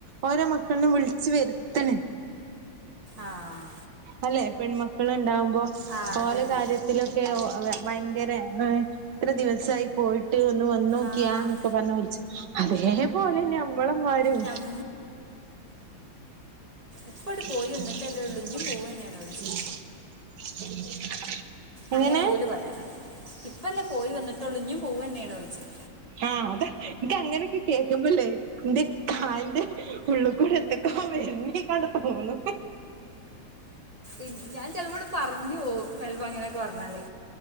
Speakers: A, on the right (about 65°); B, on the right (about 20°).
A: ഓരെ മക്കള് നെ വിളിച്ച് വര്ത്ത്ണ്
B: ആഹ്
A: അല്ലെ പെൺമക്കള് ണ്ടാവുമ്പോ
B: ആഹ്
A: ഓലെ
B: അതന്നെ
A: കാര്യ ത്തിലൊക്കെ ഒ അ ഭയങ്കര എത്ര ദിവസായി പോയി ട്ട് ഒന്ന് വന്നോക്കിയാ
B: ആഹ്
A: ന്നൊക്കെ പറ്ഞ് വിള് ച്ച്. അതേപോലെന്നെ മ്മളെമ്മാരും
B: ഞം ഇപ്പട്
A: ട്ട
B: പോയി വന്നിട്ടല്ലേ ഉള്ളൂ ഇഞ്ഞും പോവന്നെയാണോ ചോയിച്ച്
A: <inaudible>
B: അങ്ങനെ
A: എങ്ങനെ
B: ഓല് പറിയാ. ഇപ്പല്ലെ പോയി വന്ന്ട്ടൊള്ളൂ ഇഞ്ഞും പോവന്നേണോയ്ച്ചും
A: ആഹ് അതെ ഇൻക്കങ്ങനൊക്കെ കേക്കുമ്പല്ലേ ന്റെ കാലിന്റെ ഉള്ള് കൂടെ എത്തക്കോ വര്നെയ്ക്കാണ്ട് തോന്നും
B: ഇൻ ഞാൻ ചെല്പട്ട് പറഞ്ഞ് പോവും ചെല്പ്പം അങ്ങനൊക്കെ പർഞ്ഞാല്